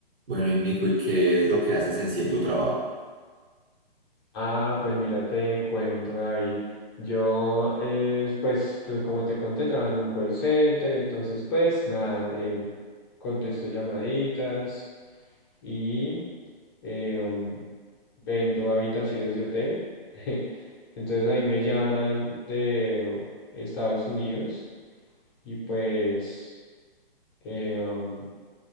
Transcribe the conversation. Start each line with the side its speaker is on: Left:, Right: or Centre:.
Right: Bueno, y Nico, ¿y qué es lo que haces en sí en tu trabajo?
Left: Ah, pues mira, te cuento, David. Yo, eh, pues, tú- como te conté, trabajo en un call center, entonces, pues, nada, eh, contesto llamaditas y eh, um, vendo habitaciones de hotel. <laughs> Entonces, ahí me llaman de Estados Unidos y pues, eh, um,